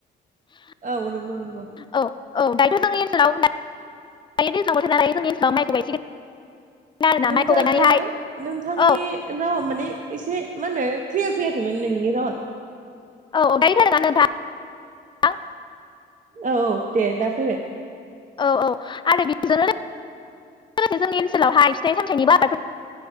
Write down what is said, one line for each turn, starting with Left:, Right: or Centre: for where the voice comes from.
Left: <unintelligible>
Right: औ <unintelligible> <inaudible>
Left: औ औ दायोथ' जोंनि ओनसोलाव दायो दैज्लां बोथोरनालाय जोंनि ओनोलाव माइखौ गायसिगोन। आरोना
Right: नोंथां
Left: माइखौ गायनानैहाय
Right: एल' नोंथांनि
Left: औ
Right: रावा माने एसे मा होनो क्लियार फैयाखैमोन नोंनि रावा।
Left: औ दायो‌ फैदोंना नोंथां आं
Right: औ औ दे दा फैबाय
Left: औ औ आरो बिदिल <unintelligible> लोगोसे जोंनि ओनसोलावहाय फिथाइ सामथाइनिबो आबादफोर